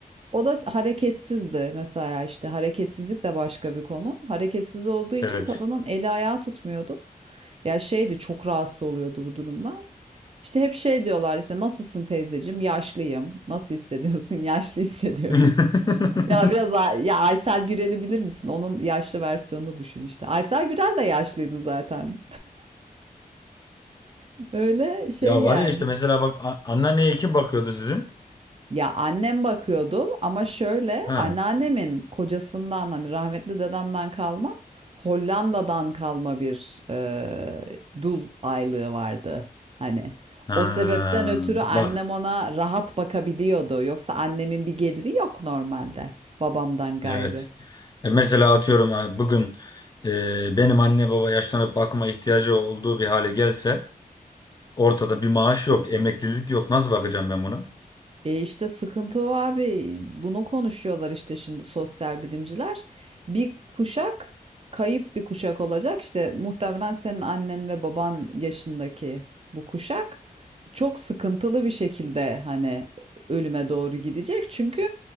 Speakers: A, on the right; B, on the left.
A: O da hareketsizdi mesela işte hareketsizlik de başka bir konu. Hareketsiz olduğu için
B: Evet.
A: kadının eli ayağı tutmuyordu. Ya şeydi çok rahatsız oluyordu bu durumdan. İşte hep şey diyorlar işte nasılsın teyzeciğim? Yaşlıyım. Nasıl hissediyorsun? <laughs> Yaşlı hissediyorum.
B: <laughs>
A: <laughs> Ya biraz a- ya Aysel Gürel'i bilir misin? Onun yaşlı versiyonunu düşün işte. Aysel Gürel de yaşlıydı zaten. <laughs> Öyle şey
B: Ya
A: yani.
B: var ya işte mesela bak a- anneanneye kim bakıyordu sizin?
A: Ya annem bakıyordu ama şöyle
B: Ha.
A: anneannemin kocasından hani rahmetli dedemden kalma Hollanda'dan kalma bir eee, dul aylığı vardı. Hani
B: Ha.
A: o sebepten ötürü annem
B: Bak.
A: ona rahat bakabiliyordu. Yoksa annemin bir geliri yok normalde babamdan gayrı.
B: Evet. E mesela atıyorum ha, bugün e, benim anne baba yaşlanıp bakıma ihtiyacı olduğu bir hale gelse Ortada bir maaş yok, emeklilik yok. Nasıl bakacağım ben buna?
A: E işte sıkıntı o abi. Bunu konuşuyorlar işte şimdi sosyal bilimciler. Bir kuşak kayıp bir kuşak olacak. İşte muhtemelen senin annen ve baban yaşındaki bu kuşak çok sıkıntılı bir şekilde hani ölüme doğru gidecek. Çünkü